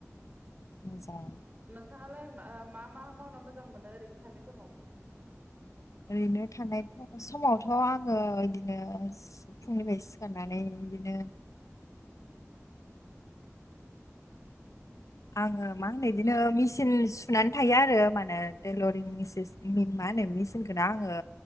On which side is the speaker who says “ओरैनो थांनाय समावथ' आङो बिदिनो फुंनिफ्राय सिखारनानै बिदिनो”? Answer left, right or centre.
Left